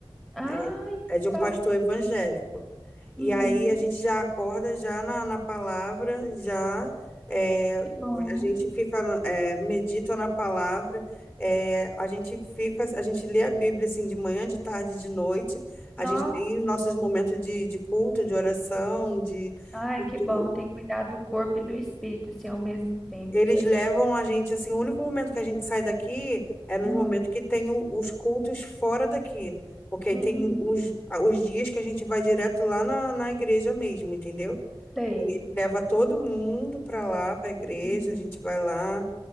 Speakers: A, in the centre; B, on the left.
A: Ai,
B: é,
A: que
B: é de um
A: ba...
B: pastor evangélico. E
A: Uhum,
B: aí a gente já acorda já na, na palavra, já é,
A: que bom.
B: a gente fica, é, medita na palavra, é, a gente fica, a gente lê a Bíblia, assim, de manhã, de tarde, de noite, a
A: Nossa,
B: gente tem nossos momentos de, de culto, de oração, de...
A: ai, que
B: tudo.
A: bom. Tem que cuidar do corpo e do espírito, sim, ao mesmo tempo.
B: Eles
A: Isso aí.
B: levam
A: já-
B: a gente, assim, o único momento que a gente sai daqui é nos
A: Ah.
B: momentos que tem o- os cultos fora daqui. Porque aí
A: Uhum.
B: tem os, os dias que a gente vai direto lá na, na igreja mesmo, entendeu?
A: Sei.
B: Aí leva todo mundo pra lá, pra igreja,
A: Uhum.
B: a gente vai lá